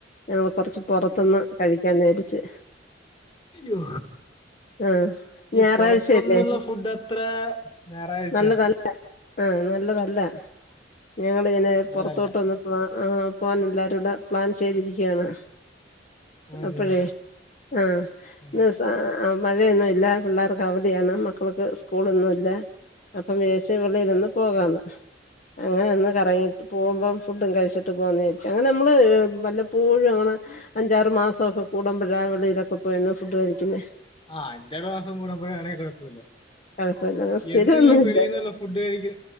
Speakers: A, on the left (about 45°); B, on the left (about 30°).
A: ഞങ്ങള് കൊറച്ച് പൊറത്ത്ന്ന്
B: ഉണ്ടാക്കില്ല
A: കഴിക്കാ വിചാരിച്ച്
B: ഇയ്യോ
A: ആഹ്
B: ഈ
A: ഞായറാഴ്ചയല്ലേ
B: പൊറത്ത്ന്ന്ള്ള ഫുഡത്രേ ഞാറാഴ്ചെ
A: നല്ലതല്ല ആഹ് നല്ലതല്ല ഞങ്ങളിങ്ങനെ
B: നല്ലതല്ല
A: പൊറത്തോട്ട് വന്നപ്പൊ ആഹ് പോവാൻ എല്ലാരുടെ പ്ലാൻ ചെയ്തിരിക്കാണ്
B: മര്യാദക്ക്
A: അപ്പഴേ ആ
B: ആഹ്
A: ന് സാ ആഹ് മഴയൊന്നുല്ല പിള്ളേർക്കവധിയാണ് മക്കൾക്ക് സ്കൂളൊന്നുല്ല അപ്പം വിചാ <unintelligible>
B: ആ
A: പോവാന്ന് അങ്ങനെ ഒന്ന് കറങ്ങി പോവുമ്പം ഫുഡും കഴിച്ച് ട്ട് പോകാന്ന്ചാരിച്ചു അങ്ങനെ നമ്മള് വല്ലപ്പോഴു അങ്ങനെ അഞ്ചാറ് മാസൊക്കെ കൂടുമ്പഴാ വെളിലൊക്കെ പോയൊന്ന് ഫുഡ് കഴിക്കുന്നേ
B: ആഹ് അഞ്ചാറ് മാസം കൂടുമ്പഴാണെ കൊഴപ്പുല്ല
A: കുഴപ്പമില്ല സ്ഥിരൊന്നുല്ല
B: എന്ന് ഈ വെളീന്ന്ള്ള ഫുഡ് കഴിക്ക